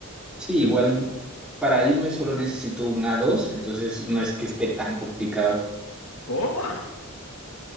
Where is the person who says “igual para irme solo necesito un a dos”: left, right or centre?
Centre